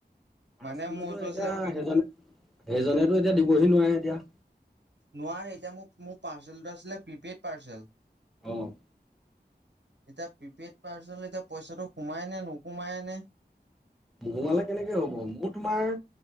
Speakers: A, in the centre; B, on the right.
A: পাৰ্চেলটোতো
B: মানে মোৰ এইটো
A: এতিয়া
B: আছিলে
A: সেইজ সেইজনেতো এতিয়া দিবহি নোৱাৰে এতিয়া।
B: নোৱাৰে এতিয়া মোক মোৰ পাৰ্চেল আছিলে প্ৰিপেইড পাৰ্চেল।
A: অ'।
B: এতিয়া প্ৰিপেইড পাৰ্চন এতিয়া পইচাটো সোমাই নে নোসোমাইনে।
A: মোহোৱালে কেনেকে হ'ব মোৰ তোমাৰ